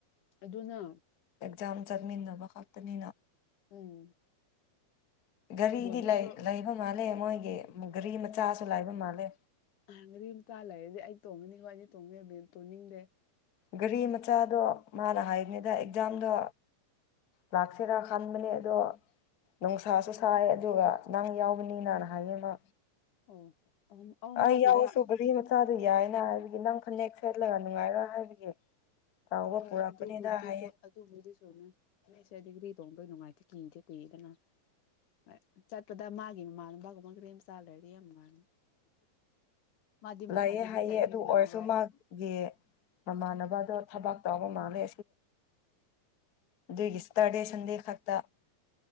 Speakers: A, on the left; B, on the left.
A: ꯑꯗꯨꯅ
B: ꯑꯦꯛꯖꯥꯝ ꯆꯠꯃꯤꯟꯅꯕ ꯈꯛꯇꯅꯤꯅ
A: ꯎꯝ
B: ꯒꯥꯔꯤꯗꯤ
A: ꯕꯣꯟꯗꯨꯁꯨ
B: ꯂꯩ ꯂꯩ ꯃꯥꯜꯂꯦ ꯃꯣꯏꯒꯤ ꯒꯔꯤ ꯃꯆꯥꯁꯨ ꯂꯩꯕ ꯃꯥꯜꯂꯦ
A: ꯑ ꯗꯒꯤ ꯅꯨꯄꯥ ꯂꯩꯔꯗꯤ ꯑꯩ ꯇꯣꯡꯉꯅꯤꯀꯣ ꯑꯩꯗꯤ ꯇꯣꯡꯕꯌꯕꯤ ꯇꯣꯡꯅꯤꯡꯗꯦ
B: ꯒꯥꯔꯤ ꯃꯆꯥꯗꯣ ꯃꯥꯅ ꯍꯥꯏꯔꯤꯅꯤꯗ ꯑꯦꯛꯖꯥꯝꯗꯣ ꯂꯥꯛꯁꯤꯔꯥ ꯈꯟꯕꯅꯦ ꯑꯗꯣ ꯅꯨꯡꯁꯥꯁꯨ ꯁꯥꯏ ꯑꯗꯨꯒ ꯅꯪ ꯌꯥꯎꯕꯅꯤꯅ ꯍꯥꯏꯌꯦ ꯃꯥ
A: ꯑꯣ ꯑꯧ ꯃꯥꯒꯤꯔ
B: ꯑꯩ ꯑꯥꯎꯔꯁꯨ ꯒꯔꯤ ꯃ ꯃꯆꯥꯗꯨ ꯌꯥꯏꯌꯦꯅ ꯍꯥꯏꯕꯒꯤ ꯅꯪ ꯐꯅꯦꯛ ꯁꯦꯠꯂꯒ ꯅꯨꯡꯉꯥꯏꯔꯣꯏ ꯍꯥꯏꯕꯒꯤ ꯆꯥꯎꯕ
A: ꯑ
B: ꯄꯨꯔꯛꯄꯅꯤꯗ
A: ꯑꯗꯨꯕꯨꯗꯤ
B: ꯍꯥꯏꯌꯦ
A: ꯆꯣ ꯑꯨꯗꯨꯕꯨꯗꯤ ꯆꯨꯝꯃꯦ ꯐꯅꯦꯛ ꯁꯦꯠꯂꯗꯤ ꯇꯣꯡꯗꯩ ꯅꯨꯡꯉꯥꯏꯇꯦ ꯀꯤꯗꯦ ꯀꯨꯏꯗꯅ ꯑꯦ ꯆꯠꯄꯗ ꯃꯥꯒꯤ ꯃꯃꯥꯟꯅꯕꯒꯨꯝꯕ ꯒꯔꯤ ꯃꯆꯥ ꯂꯩꯔꯗꯤ ꯌꯥꯝ ꯅꯨꯡꯉꯥꯏꯅꯤ ꯃꯥꯗꯤ ꯃꯊꯟꯗꯗꯤ
B: ꯂꯥꯛꯑꯦ ꯍꯥꯏꯌꯦ
A: ꯆꯠꯅꯤꯡꯂꯝꯔꯣꯏ
B: ꯑꯗꯨ ꯑꯣꯏꯔꯁꯨ ꯃꯥꯒꯤ ꯃꯃꯥꯟꯅꯕꯗꯣ ꯊꯕꯛ ꯇꯧꯕ ꯃꯥꯜꯂꯦ ꯑꯗꯨꯒꯤ ꯁꯇꯔꯗꯦ ꯁꯟꯗꯦ ꯈꯛꯇ